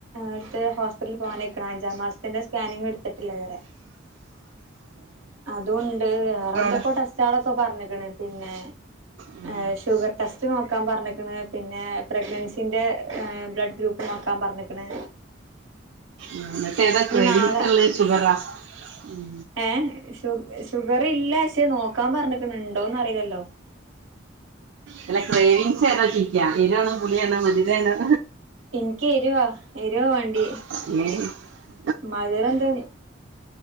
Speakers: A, on the right; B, on the right.
A: അടുത്ത് ഹോസ്പിറ്റലിൽ പോകാനയിക്കിന് അഞ്ചാം മാസത്തിന്റെ സ്കാനിങ്ങ് എടുത്തിട്ടില്ല ഇതിവരെ
B: <inaudible>
A: അതുണ്ട് വേറെ എന്തൊക്കെ
B: അവിടെ
A: ടെസ്റ്റാളൊക്കെ പറഞ്ക്ക്ണ് പിന്നെ
B: ഉം.
A: ആ
B: ഉം.
A: ഷുഗർ ടെസ് നോക്കാൻ പറഞ്ഞേക്കാണ് പിന്നെ പ്രഗ്നൻസിൻ്റെ ബ്ലഡ് ഗ്രൂപ്പ് നോക്കാൻ പറഞ്ഞേക്ണ്
B: എന്നിട്ട് ഏതാ ക്രീവിൻസുള്ളത്
A: നാളെ
B: ഷുഗറാ ഉം
A: ഏഹ് ഷു ഷുഗർ ഇല്ല പക്ഷേ നോക്കാൻ പറഞ്ഞിക്ക്ണ് ണ്ടോന്നറിയില്ലല്ലോ
B: അല്ല ക്രവിങ്സ് ഏതാന്നു ചോദിക്ക എരുവണോ പുളിയണോ മധുരാണോ
A: ഇനിക്ക് എരുവാ എരുവാ വേണ്ടിയെ
B: <inaudible>
A: മധുരം തി